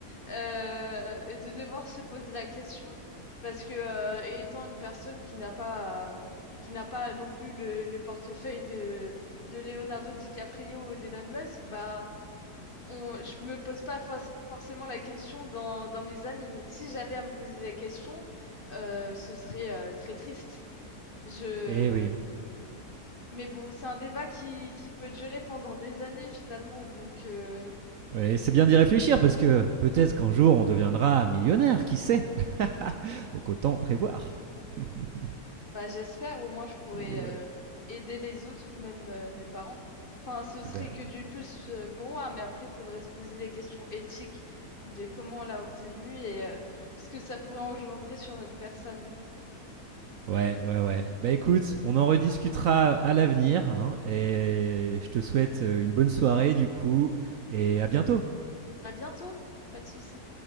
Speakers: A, on the left; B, on the right.
A: euh, de devoir se poser la question, parce que euh, étant une personne qui n'a pas... euh, qui n'a pas non plus le, le portefeuille de, de Leonardo DiCaprio ou d'Elon Musk, bah, on, je me pose pas for- forcément la question dans, dans mes amis, mais si j'avais à me poser la question, euh, ce serait euh, très triste. Je...
B: Eh oui.
A: Mais bon, c'est un débat qui, qui peut durer pendant des années finalement, donc euh,
B: Ouais, c'est bien d'y réfléchir parce que peut-être qu'un jour on deviendra millionnaire, qui sait <laughs> Donc autant prévoir. <laughs>
A: Bah, j'espère, au moins je pourrais
B: Ouais.
A: euh, aider les autres ou même euh, mes parents. Enfin, ce serait
B: Eh ben,
A: que du plus euh, pour moi, mais après, il faudrait se poser les questions éthiques de comment on l'a obtenu et euh, ce que ça pourrait engendrer sur notre personne.
B: ouais, ouais, ouais. Bah écoute, on en rediscutera à l'avenir hein, et je te souhaite euh, une bonne soirée du coup et à bientôt.
A: À bientôt, pas de souci.